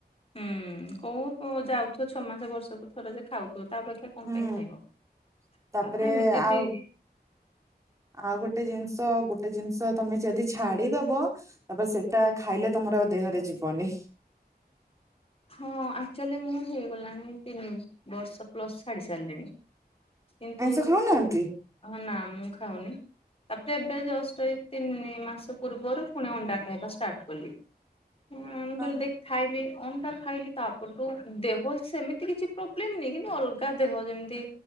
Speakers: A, on the left (about 35°); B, on the right (about 20°).
A: ହୁଁ କୋଉ କୋଉ ଯାଉଥିବ ଛଅ ମାସ ବର୍ଷକୁ ଥର ଯେ ଖାଉଥିବ ତା ଅପେକ୍ଷା କଣ
B: ହୁଁ
A: ପାଇଁ ଖାଇବ
B: ତାପରେ
A: ଆଉ ତ ଏମିତି
B: ଆଉ
A: ବି
B: ଆଉ ଗୋଟେ ଜିନିଷ ଗୋଟେ ଜିନିଷ ତମେ ଯଦି ଛାଡିଦବ ତାପରେ ସେଟା ଖାଇଲେ ତମର ଆଉ ଦେହରେ ଯିବନି।
A: ହଁ ଆକ୍ଚୁଆଲି ମୁଁ ହେଇଗଲାଣି ତିନି ବର୍ଷ ପ୍ଲସ୍ ଛାଡିି ସାରିଲିଣି କିନ୍ତୁ
B: ଆଇଁଷ ଖାଉନାହାନ୍ତି?
A: ହଁ ନା ମୁଁ ଖାଉନି ତାପରେ ଏବେ ଜଷ୍ଟ ଏଇ ତିନି ମାସ ପୂର୍ବରୁ ପୁଣି ଅଣ୍ଡା ଖାଇବା ଷ୍ଟାର୍ଟ କଲି ହଁ
B: ହଁ
A: ବୋଲି ଦେଖ ଖାଇବି ଅଣ୍ଡା ଖାଇଲି ତାପଠୁ ଦେହ ସେମିତି କିଛି ପ୍ରୋବ୍ଲେମ ନହି କିନ୍ତୁ ଅଲଗା ଦେହ ଯେମିତି